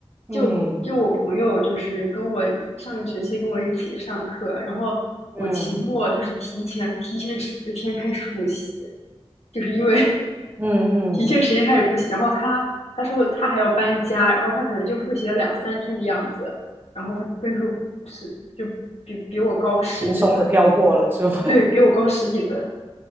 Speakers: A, on the right; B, on the left.
A: <laughs> 嗯
B: 就就我朋友就是跟我上个学期跟我一起上课，然后我期末就是提前提前十天开始复习，
A: 嗯
B: 就是因为
A: 嗯嗯，
B: 提前时间开始复习，然后他他说他还要搬家，然后他可能就复习了两三天的样子，然后他分数是就比比我高十几分，
A: 轻松的飘过了，是吧？
B: 对，比我高十几分，